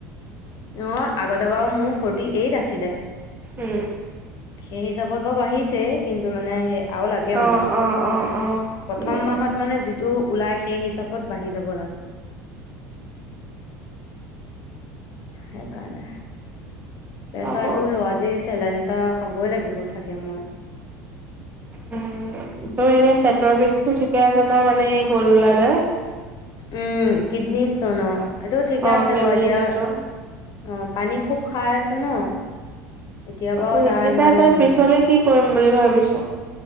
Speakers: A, on the left; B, on the right.
A: অ আগতে বাৰু মোৰ ফৰ্টি এইট আছিলে
B: উম,
A: সেই হিচাপত বাৰু বাঢ়িছে । কিন্তু মানে সেই আৰু লাগে
B: অ',
A: মানে
B: অ', অ', অ'।
A: প্ৰথম
B: লাগে
A: মাহত মানে যিটো ওলাই সেই হিচাপ ক'ত বাঢ়ি যাব লাগে সেইকাৰণে প্ৰেচাৰটো
B: হ'ব
A: লোৱা যি চেলন এটা খাবই লাগিব চাগে মই
B: উম, তোৰ এনে পেটৰ বিষটো ঠিকে আছেনে মানে গ'ল ব্লাডাৰ
A: উম কিডনী ষ্টন অ এইটো ঠিকে
B: অ',
A: আছে
B: কিডনী
A: বাৰু এতিয়া
B: ষ্টন
A: অ পানী খুব খাই আছো ন এতিয়া বাৰু
B: এইকেইটা
A: তাৰ ইমান
B: তই
A: হেৰি
B: পিছলে
A: নাই
B: কি কৰিম বুলি ভাবিছ?